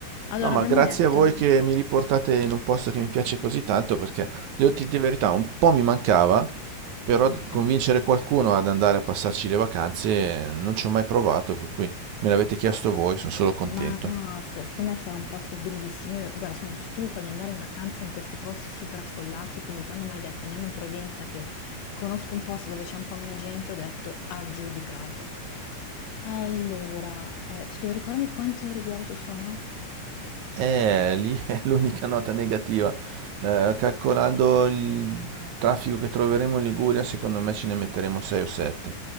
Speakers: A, on the left; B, on the right.
A: Allora,
B: No, ma
A: abbiamo
B: grazie
A: detto,
B: a voi che mi riportate in un posto che mi piace così tanto perché, devo dirti la verità, un po' mi mancava, però
A: ok.
B: d- convincere qualcuno ad andare a passarci le vacanze eh, non ci ho mai provato, per cui me l'avete chiesto voi, sono solo contento.
A: Ma no, se- secondo me sarà un posto bellissimo. Io, guarda, sono stufa di andare in vacanza in questi posti super affollati, quindi quando mi hai detto andiamo in Provenza, che conosco un posto dove c'è un po' meno gente, ho detto aggiudicato. Allora, eh, scusa, ricordami quante ore di auto sono?
B: Eh, lì <laughs> è l'unica nota negativa. Eh, calcolando il traffico che troveremo in Liguria, secondo me ce ne metteremo 6 o 7.